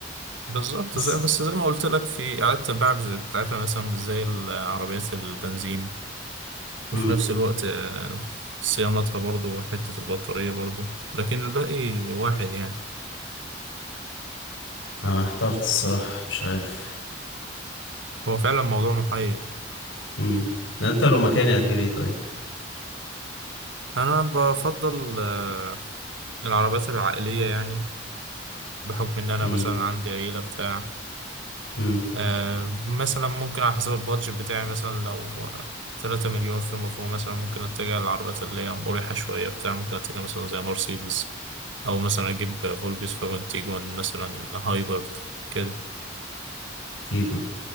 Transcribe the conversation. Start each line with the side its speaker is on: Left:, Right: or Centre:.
Right: بالظبط
Left: بس
Right: زي بس زي ما قلت لك في إعادة البيع بز- بتاعتها مثلا مش زي العربيات البنزين وفي
Left: امم
Right: نفس الوقت آه، صيانتها برضو وحتة البطارية برضو لكن الباقي واحد يعني
Left: انا احترت الصراحة مش عارف
Right: هو فعلا موضوع محير
Left: امم ده انت لو مكاني هتجيب ايه طيب
Right: أنا بفضل آه، العربيات العائلية يعني بحكم إن أنا
Left: امم
Right: مثلا عندي عيلة بتاع
Left: امم
Right: آه، مثلا ممكن على حسب البادجت بتاعي مثلا لو تلاتة مليون في مفهوم مثلا ممكن اتجه للعربيات اللي هي مريحة شوية بتاع ممكن اتجه مثلا زي مرسيدس أو مثلا أجيب فولبيس فاجون تيجون مثلا هايبرد كده
Left: تيجو